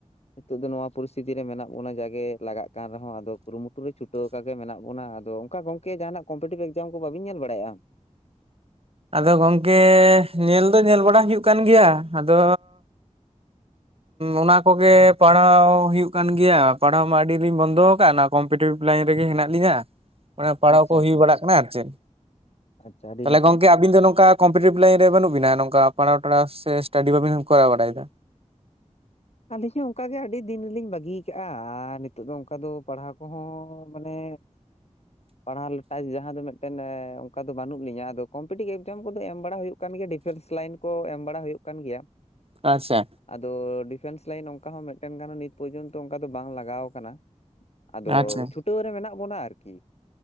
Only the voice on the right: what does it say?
ᱟᱫᱚ ᱜᱚᱝᱠᱮ ᱧᱮᱞ ᱫᱚ ᱧᱮᱞ ᱵᱟᱲᱟ ᱦᱩᱭᱩᱜ ᱠᱟᱱ ᱜᱮᱭᱟ ᱟᱫᱚ ᱚᱱᱟ ᱠᱚᱜᱮ ᱯᱟᱲᱦᱟᱣ ᱦᱩᱭᱩᱜ ᱠᱟᱱ ᱜᱮᱭᱟ ᱯᱟᱲᱦᱟᱣ ᱢᱟ ᱟᱹᱰᱤ ᱫᱤᱧ ᱵᱚᱱᱫᱚ ᱟᱠᱟᱫ ᱱᱟ ᱠᱚᱢᱯᱤᱴᱤᱵᱷ ᱞᱟᱭᱤᱱ ᱨᱮᱜᱤ ᱦᱮᱱᱟᱜ ᱞᱤᱧᱟᱹ᱾ ᱢᱟᱱᱮ ᱯᱟᱲᱦᱟᱣ
ᱠᱚ
ᱦᱩᱭ ᱵᱟᱲᱟᱜ
ᱠᱟᱱᱟ ᱟᱨ ᱪᱮᱫ
ᱛᱟᱦᱚᱞᱮ
ᱜᱚᱝᱠᱮ ᱟᱹᱵᱤᱱ ᱫᱚ ᱱᱚᱝᱠᱟ ᱠᱚᱢᱯᱤᱴᱤᱵᱷ ᱞᱟᱭᱤᱱ ᱨᱮ ᱵᱟᱹᱱᱩᱜ ᱵᱤᱱᱟ ᱱᱚᱝᱠᱟ ᱯᱟᱲᱟᱣ ᱴᱟᱲᱟᱣ ᱥᱮ ᱥᱴᱟᱰᱤ ᱵᱟᱵᱤᱱ ᱠᱚᱨᱟᱣ ᱵᱟᱲᱟᱭ ᱫᱟ
ᱟᱪᱪᱷᱟ᱾
ᱟᱪᱪᱷᱟ